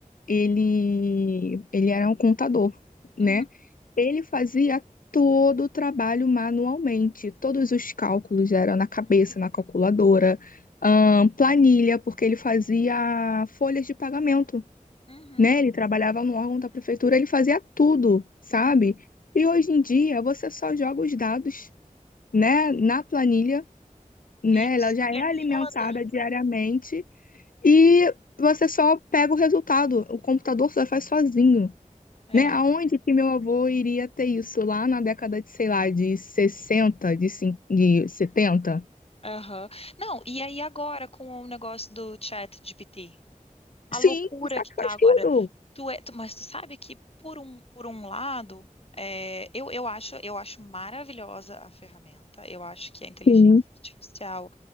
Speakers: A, on the left; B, on the left.
A: ele, ele era um contador, né?
B: uhum,
A: Ele fazia todo o trabalho manualmente. Todos os cálculos eram na cabeça, na calculadora, ah, planilha, porque ele fazia folhas de pagamento
B: uhum,
A: né? Ele trabalhava no órgão da prefeitura, ele fazia tudo, sabe?
B: uhum.
A: E hoje em dia você só joga os dados, né, na planilha, né?
B: E o
A: Ela
B: sistema
A: já é alimentada
B: roda.
A: diariamente e você só pega o resultado. O computador só faz sozinho,
B: É,
A: né? Aonde que meu avô iria ter isso lá na década de, sei lá, de 60, de, cin- de 70?
B: aham. Não, e aí agora com o negócio do chat GPT? a
A: Sim,
B: loucura
A: o SAC
B: que tá
A: faz
B: agora.
A: tudo.
B: Tu é, tu- mas tu sabe que por um, por um lado, é, eu, eu acho, eu acho maravilhosa a ferramenta. Eu acho que a inteligência
A: Sim,
B: artificial